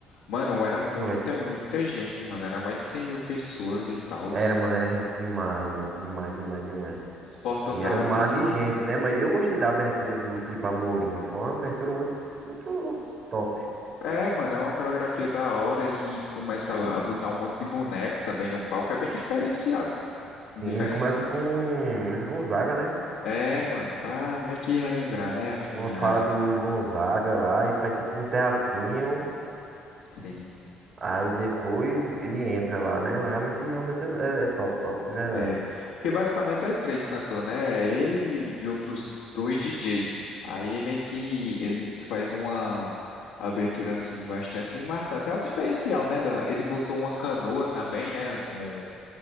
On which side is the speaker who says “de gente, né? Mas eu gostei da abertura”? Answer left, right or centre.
Right